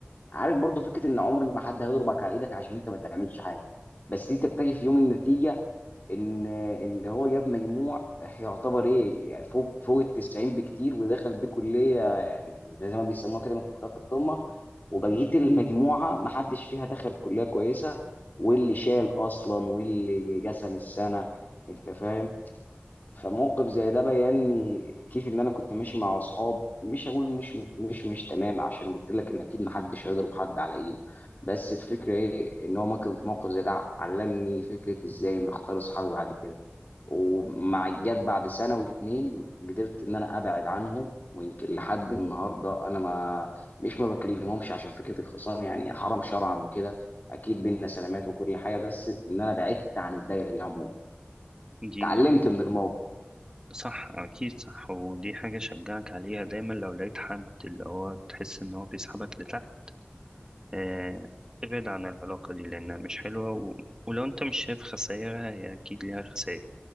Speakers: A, on the left (about 50°); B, on the right (about 20°).
A: عارف برضو فكره ان عمر ما حد هيضربك على ايدك عشان انت ما تعملش حاجه بس دي تكتشف في يوم النتيجه ان ان هو جاب مجموع يعتبر ايه يعني فوق فوق ال 90 بكتير ودخل بيه كليه يعني زي ما بيسموها كده من كليات القمه وبقيه المجموعه ما حدش فيها دخل كليه كويسه واللي شال اصلا واللي جسم السنه انت فاهم فموقف زي ده بيني كيف ان انا كنت ماشي مع اصحاب مش هقول مش مش مش تمام عشان قلت لك ان اكيد محدش هيضرب حد على ايده بس الفكره ايه ان هو موقف موقف زي ده علمني فكره ازاي ان اختار اصحابي بعد كده ومع جت بعد سنه واتنين قدرت ان انا ابعد عنهم ويمكن لحد النهارده انا ما مش ما بكلمهمش عشان فكره الخصام يعني حرام شرعا وكده اكيد بينا سلامات وكل حاجه بس ان انا بعدت عن الدايره دي عموما
B: دي
A: اتعلمت من الموقف
B: صح اكيد صح ودي حاجة شجعك عليها دايما لو لقيت حد اللي هو تحس ان هو بيسحبك لتحت آه، ابعد عن العلاقة دي لانها مش حلوة و... ولو انت مش شايف خسائرها هي اكيد ليها خسائر